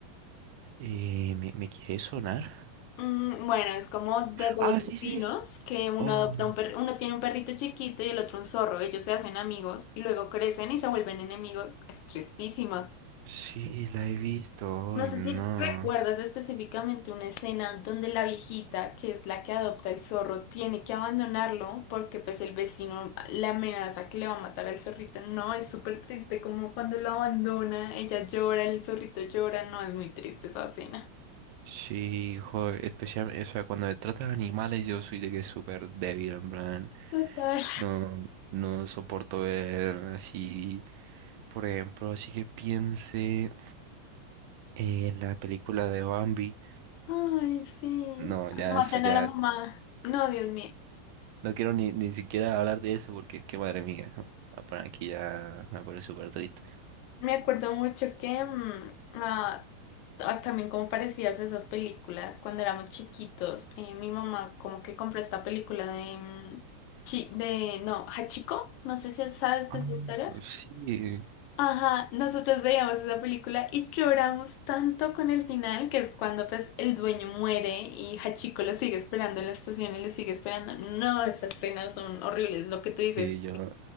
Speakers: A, on the right; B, on the left.
A: Eh, ¿me, me quiere sonar?
B: Mm, bueno, es como de dos
A: Ah,
B: vecinos
A: sí, sí, sí.
B: que uno
A: Oh,
B: adopta un perro, uno tiene un perrito chiquito y el otro un zorro. Ellos se hacen amigos y luego crecen y se vuelven enemigos. Es tristísima.
A: sí, la he visto.
B: No
A: Ay,
B: sé
A: no.
B: si recuerdas específicamente una escena donde la viejita, que es la que adopta el zorro, tiene que abandonarlo porque pues el vecino la amenaza que le va a matar al zorrito. No, es súper triste como cuando lo abandona, ella llora, el zorrito llora, no, es muy triste esa escena.
A: Sí, joder, especialmente, o sea, cuando me trata de animales yo soy de que súper débil, en plan,
B: Total.
A: no, no soporto ver así, por ejemplo, así que piense en la película de Bambi,
B: Ay, sí.
A: no, ya
B: Matan
A: eso ya,
B: a la mamá. No, Dios mío.
A: no quiero ni, ni siquiera hablar de eso porque es que madre mía, ah, por aquí ya me pone súper triste.
B: Me acuerdo mucho que mm, ah, ah, también como parecías esas películas cuando éramos chiquitos, eh, mi mamá como que compró esta película de, mm, chi- de no, Hachiko, no sé si sabes
A: Ah,
B: de esa historia.
A: Sí,
B: Ajá, nosotros veíamos esa película y lloramos tanto con el final, que es cuando pues el dueño muere y Hachiko lo sigue esperando en la estación y lo sigue esperando. No, esas escenas son horribles, lo que tú dices.
A: y yo